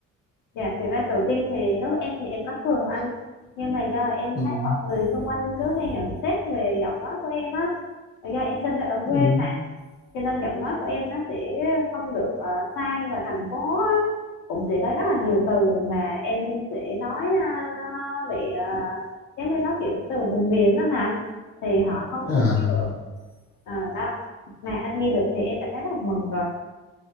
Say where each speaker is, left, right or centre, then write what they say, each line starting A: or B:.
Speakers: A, on the left (about 85°); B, on the left (about 50°).
A: dạ, thì ra tự tin thì đối với em thì em có thừa rồi anh, nhưng mà do em
B: Ừm,
A: thấy mọi người xung quanh cứ hay nhận xét về giọng nói của em á, do em sinh ra ở
B: ừm.
A: quê cho nên giọng nói của em nó sẽ không được ờ, sang và thành phố á. cũng sẽ có rất là nhiều từ mà em sẽ nói ờ, nó bị ờ, giống như nó kiểu từ vùng miền đó nè thì họ không
B: à
A: có nghe được Ờ, đó mà anh nghe được thì em cảm thấy rất là mừng rồi